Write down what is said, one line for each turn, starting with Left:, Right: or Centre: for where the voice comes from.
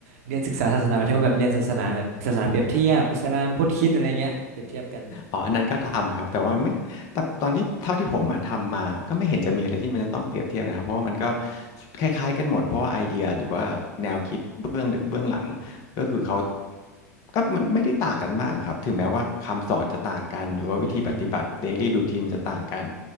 Right: เรียนศึกษาศาสนาหมายถึงว่าแบบเรียนศาสนาแบบศาสนาเปรียบเทียบอิสลามพุทธคริสต์อะไรเงี้ยเปรียบเทียบกัน
Left: อ๋ออันนั้นก็ทำครับ แต่ว่าไม่แต่ตอนที่เท่าที่ผมมาทำมาก็ไม่เห็นจะมีอะไรที่มันจะต้องเปรียบเทียบนะครับเพราะว่ามันก็คล้ายๆกันหมดเพราะว่าไอเดียหรือว่าแนวคิดเบื้องลึกเบื้องหลังก็คือเขาก็มันไม่ได้ต่างกันมากครับถึงแม้ว่าคำสอนจะต่างกัน หรือว่าวิธีปฏิบัติ
Right: อืม
Left: daily routine จะต่างกัน